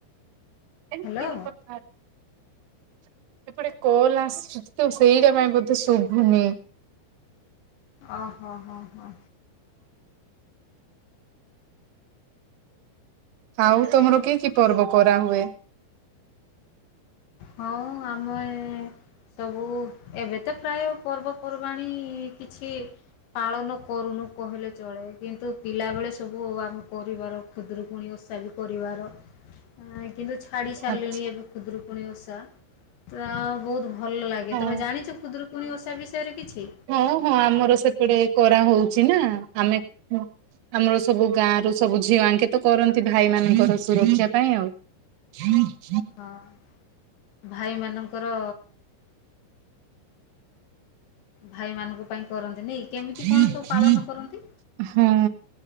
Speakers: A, on the left (about 75°); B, on the right (about 85°).
A: ହ୍ୟାଲୋ
B: ଏଏମ୍ <unintelligible> କଥା ଅଛି। ଏପଟେ କଲ ଆସୁଛି ତ ସେଇଟା ପାଇଁ ବୋଧେ ଶୁଭୁନି। <inaudible>
A: ଓ ହୋ ହୋ ହୋ।
B: ହ ଆଉ ତମର କି କି ପର୍ବ କରା ହୁଏ।
A: ହଉ ଆମେ ସବୁ ଏବେ ତ ପ୍ରାୟ ପର୍ବ ପର୍ବାଣୀ କିଛି ପାଳନ କରୁନୁ କହିଲେ ଚଳେ କିନ୍ତୁ ପିଲାବେଳେ ସବୁ ଆମେ କରିବାର ଖୁଦରୁକୁୁଣୀ ଓ ଓଷା ବି କରିବାର। ଉମ କିନ୍ତୁ ଛାଡି ସାରିଲଣି
B: ଆଚ୍ଛା
A: ଏବେ ଖୁଦରୁକୁଣୀ ଓଷା ତ ବହୁତ ଭଲ ଲାଗେ
B: ହଁ
A: ତମେ ଜାଣିଛ ଖୁଦୁରୁକୁଣଣି ଓଷା ବିଷୟରେ କିଛି।
B: ହଁ ହଁ ଆମର ସେପଟେ କରା ହଉଛି ନା ଆମେ ଆମର ସବୁ ଗାଁ ରୁ ସବୁ ଝିଅ ଆଙ୍କେ ତ କରନ୍ତି ଭାଇ ମାନଙ୍କର ସୁରକ୍ଷା ପାଇଁ ଆଉ। ହଁ <unintelligible>
A: ଓହୋ ଭାଇମାନଙ୍କର ଭାଇ ମାନଙ୍କ ପାଇଁ କରନ୍ତି ନାଇ କେମିତି
B: ହଁ।
A: କଣ ସବୁ ପାଳନ କରନ୍ତି?
B: ହଁ।